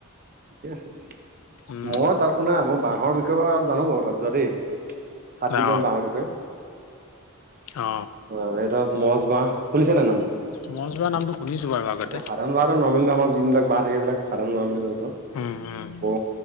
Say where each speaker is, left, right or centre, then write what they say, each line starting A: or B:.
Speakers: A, on the right (about 40°); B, on the left (about 75°).
A: ঠিকে আছে, ঠিকে আছে
B: উম
A: মই তাত শুনা মই বাঁহৰ বিষয়ে অলপ জানোঁ বাৰু তাত যোৱা দেই। সাতবিধ
B: অ
A: মান বাঁহৰ বিষয়ে।
B: অ
A: অহ, এইটো মছ বাঁহ, শুনিছানে নাই নামটো?
B: মছ বাহ নামটো শুনিছো বাৰু আগতে
A: আকৌ সাধাৰণ বাঁহ নৰ্মেলি আমাৰ যোনবিলাক বাঁহ থাকে এইবিলাক সাধাৰণ বাঁহ বুলি কয় এইটো
B: উম', উম'
A: আকৌ